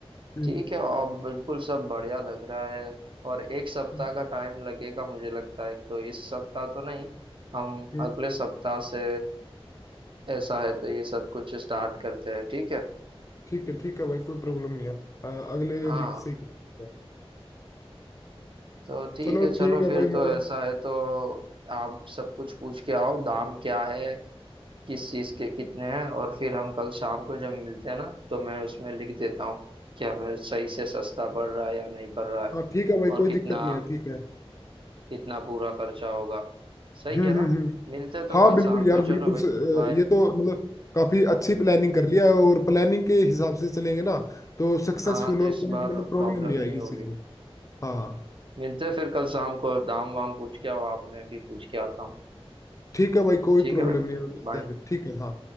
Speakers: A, on the left; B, on the right.
A: हम्म
B: ठीक है अब बिल्कुल सब बढ़िया लग रहा है और एक सप्ताह
A: हम्म,
B: का टाइम लगेगा मुझे लगता है तो इस सप्ताह तो नहीं हम
A: हम्म,
B: अगले सप्ताह से ऐसा है तो ये सब कुछ स्टार्ट करते हैं ठीक है
A: ठीक है ठीक है भाई कोई प्रॉब्लम नहीं है अ, अगले
B: हाँ
A: वीक से ही कर- सकते हैं।
B: तो ठीक
A: चलो
B: है चलो
A: ठीक है
B: फिर
A: भाई
B: तो
A: मैं
B: ऐसा है तो आप सब कुछ पूछ के आओ दाम क्या है किस चीज के कितने हैं और फिर हम कल शाम को जब मिलते हैं ना तो मैं उसमें लिख देता हूँ कि हमें सही से सस्ता पड़ रहा है या नहीं पड़ रहा है
A: हाँ ठीक है भाई
B: और
A: कोई
B: कितना
A: दिक्कत नहीं है ठीक है
B: कितना पूरा खर्चा होगा सही
A: हम्म
B: है ना
A: हम्म हम्म
B: मिलते तो
A: हाँ
B: कल
A: बिल्कुल
B: शाम
A: यार
B: को
A: बिल्कुल
B: चलो भाई
A: स- अ,
B: बाय
A: ये तो मतलब काफी अच्छी प्लानिंग कर लिया है और प्लानिंग के हिसाब से चलेंगे ना तो सक्सेसफुल
B: हाँ तो
A: और
B: इस
A: कोई
B: बार
A: मतलब
B: प्रॉब्लम
A: प्रॉब्लम नहीं
B: नहीं
A: आएगी
B: होगी
A: इस चीज में हाँ
B: मिलते फिर कल शाम को दाम वाम पूछ के आओ आप मैं भी पूछ के आता हूँ
A: ठीक है भाई कोई
B: ठीक
A: प्रॉब्लम
B: है भाई
A: नहीं है मिलते
B: बाय
A: हैं फिर ठीक है हाँ